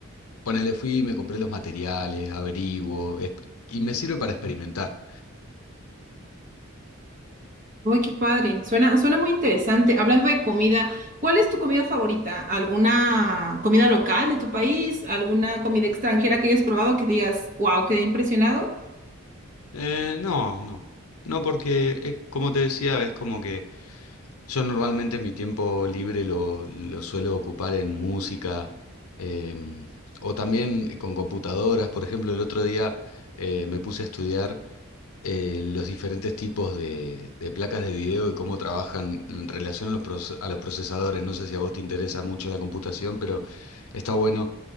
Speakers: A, on the left (about 85°); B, on the right (about 35°).
A: Ponele, fui, y me compré los materiales, averiguo, es- y me sirve para experimentar.
B: Uy, qué padre. Suena, suena muy interesante. Hablando de comida, ¿cuál es tu comida favorita? ¿Alguna comida local de tu país? ¿Alguna comida extranjera que hayas probado que digas, wow, quedé impresionado?
A: Eh, no, no. No, porque es, como te decía, es como que yo normalmente mi tiempo libre lo, lo suelo ocupar en música em, o también con computadoras. Por ejemplo, el otro día eh, me puse a estudiar eh, los diferentes tipos de, de placas de video y cómo trabajan en relación a los, proce- a los procesadores. No sé si a vos te interesa mucho la computación, pero está bueno